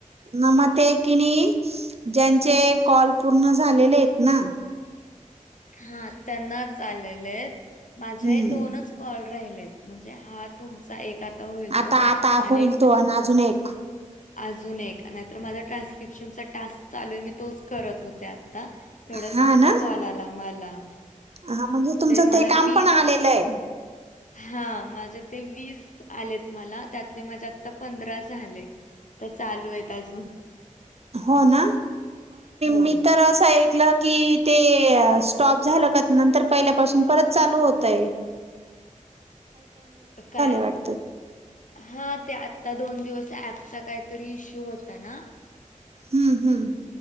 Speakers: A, on the right; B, on the left.
A: ना म ते कि नही ज्यांचे कॉल पूर्ण झालेले आहेत ना
B: हा त्यांनाच आलेले आहेत माझे
A: हम्म
B: दोनच कॉल राहिलेत म्हणजे हा तुमचा एक आता होईल
A: आता
B: तो
A: आता
B: आणि
A: होईल
B: एक
A: तो आणि अजून एक
B: अजून एक नाहीतर माझा ट्रान्स्क्रिप्शनचा टास्क चालू आहे मी तोच करत होते आत आ तेवढ्यात
A: हा
B: तुमचा
A: ना
B: कॉल आला मला
A: हा म्हणजे तुमचं
B: मला
A: ते
B: वीस
A: काम पण आलेलय
B: हा माझे ते वीस आलेत मला त्यातले माझे आता पंधरा झाले तर चालू आहेत अजून
A: हो ना
B: हो
A: मी तर असं ए कल की ते स्टॉप झालं का नंतर पहिल्यापासून परत चालू होतयं
B: काय
A: वाटतात
B: हा ते आत्ता दोन दिवस ॲपचा काहीतरी इश्यू होता ना
A: हम्म हम्म